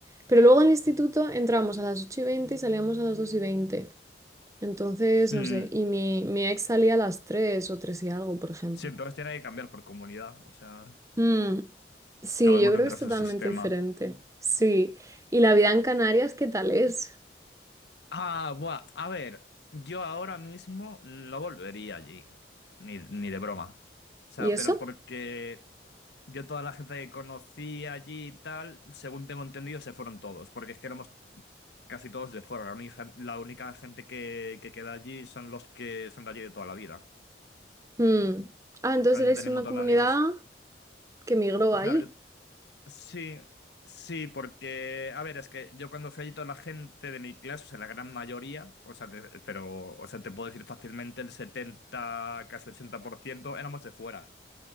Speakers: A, on the right (about 15°); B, on the left (about 70°).
A: Pero luego al instituto entramos a las 8 y 20 y salíamos a las 2 y 20. Entonces,
B: Hmm,
A: no sé, y mi, mi ex salía a las 3 o 3 y algo, por ejemplo.
B: Sí, entonces tiene que cambiar por comunidad, o sea,
A: Mm, Sí,
B: cada
A: yo
B: uno
A: creo
B: tendrá
A: que es
B: su
A: totalmente
B: sistema.
A: diferente. Sí. ¿Y la vida en Canarias qué tal es?
B: Ah, buah, a ver, yo ahora mismo no volvería allí, ni, ni de broma. O sea,
A: ¿Y eso?
B: pero porque yo toda la gente que conocí allí y tal, según tengo entendido, se fueron todos, porque es que éramos casi todos de fuera. La única, la única gente que, que queda allí son los que son de allí de toda la vida.
A: Mm. Ah, entonces
B: Ahora
A: eres
B: Yo tenía
A: una
B: un montón
A: comunidad
B: de amigos.
A: que migró
B: Claro,
A: allí.
B: yo, Sí, sí, porque, a ver, es que yo cuando fui allí toda la gente de mi clase, o sea, la gran mayoría, o sea, te- pero, o sea, te puedo decir fácilmente el 70 casi 80% éramos de fuera.